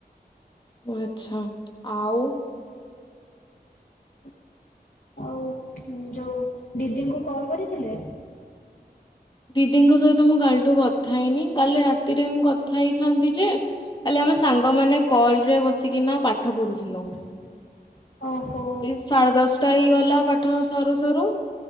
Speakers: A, on the left (about 30°); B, on the left (about 60°).
A: ଆଛା ଆଉ
B: <inaudible> ଆଉ ଯୋଉ ଦିଦିଙ୍କୁ କଲ କରିଥିଲେ?
A: ଦିଦିଙ୍କ ସହିତ ମୁଁ କାଲିଠୁ କଥା ହେଇନି କାଲି ରାତିରେ ମୁ କଥା ହେଇଥାନ୍ତି ଯେ ଖାଲି ଆମ ସାଙ୍ଗମାନେ କଲ ରେ ବସିକିନା ପାଠ ପଢୁଥିଲୁ।
B: <inaudible> ଓହୋ
A: ଏ ସାଢେ ଦଶଟା ହେଇ ଗଲା ପାଠ ସରୁ ସରୁ